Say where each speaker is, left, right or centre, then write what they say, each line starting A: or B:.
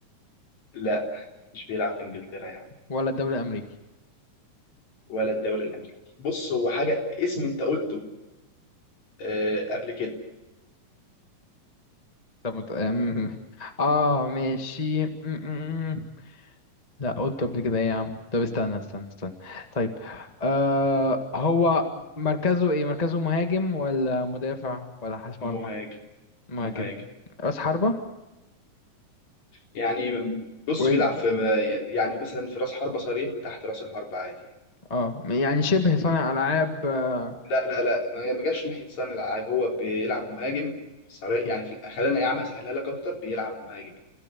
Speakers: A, on the left (about 55°); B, on the left (about 20°).
A: لا مش بيلعب في إنجلترا يعني
B: ولا الدوري الامريكي
A: ولا الدوري الأمريكي بص هو حاجة اسم أنت قلته آه، قبل كده
B: طب مت- أم- <laughs> اه ماشي م- م- م. لا قلت قبل كده إيه يا عم طب استنى استنى استنى طيب آه هو مركزه ايه مركزه مهاجم ولا مدافع ولا حارس
A: مهاجم
B: مرمى مهاجم
A: مهاجم
B: راس حربة
A: يعني بص
B: وينج
A: بيلعب في يعني مثلا في راس حربة صريح وتحت راس الحربة عادي
B: اه يعني شبه صانع العاب آه.
A: لا لا لا ما ما جاش ناحية صانع الألعاب هو بيلعب مهاجم صريح
B: م-
A: يعني في الأ- خلينا يا عم أسهلها لك أكتر بيلعب مهاجم